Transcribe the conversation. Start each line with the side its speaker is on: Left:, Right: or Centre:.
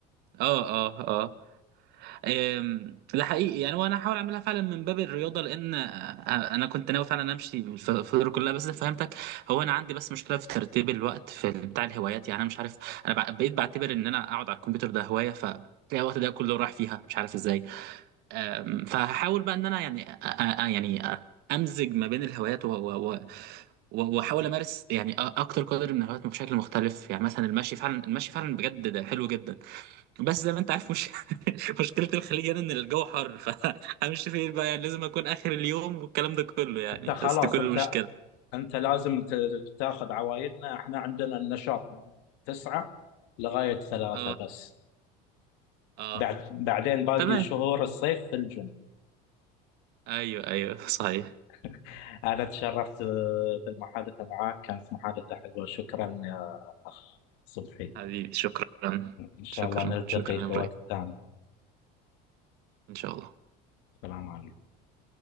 Right: اه اه اه أم، ده حقيقي يعني وانا هحاول اعملها فعلا من باب الرياضه لان آه، انا كنت ناوي فعلا امشي في في الدور كلها بس فهمتك هو انا عندي بس مشكله في ترتيب الوقت في ال- بتاع الهوايات يعني انا مش عارف انا بع- بقيت بعتبر ان انا اقعد على الكمبيوتر ده هوايه ف تلاقي الوقت ده كله راح فيها مش عارف ازاي أم، فهحاول بقى ان انا يعني أ- أ- يعني أ- يعني امزج ما بين الهوايات و- و- و- و- واحاول امارس يعني أ- اكتر قدر من الهوايات بشكل مختلف يعني مثلا المشي فعلا المشي فعلا بجد ده حلو جدا بس زي ما انت عارف مش <laughs> مشكله الخليج يعني ان الجو حر فهمشي <laughs> فين بقى يعني لازم اكون اخر اليوم والكلام ده كله يعني
Left: انت خلاص
Right: بس دي كل
Left: انت
Right: المشكله
Left: انت لازم ت- تاخذ عوايدنا احنا عندنا النشاط من تسعة لغاية ثلاثة
Right: اه
Left: بس
Right: اه
Left: بعد بعدين باقي
Right: تمام
Left: شهور الصيف في الجيم
Right: ايوه ايوه صحيح
Left: <laughs> انا تشرفت آه، بالمحادثة معك كانت محادثة حلوة شكرا يا اخ صبحي
Right: حبيبي شكرا
Left: ان شاء
Right: شكرا
Left: الله نلتقي
Right: شكرا
Left: في
Right: يا ابراهيم
Left: وقت ثاني
Right: ان شاء الله
Left: السلام عليكم